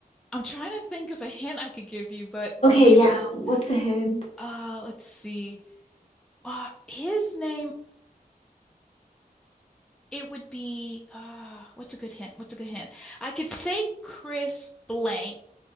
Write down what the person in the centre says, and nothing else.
I'm trying to think of a hint I could give you, but
the
l-
uh let's see. Uh his name it would be uh what's a good hint? What's a good hint? I could say Chris blank,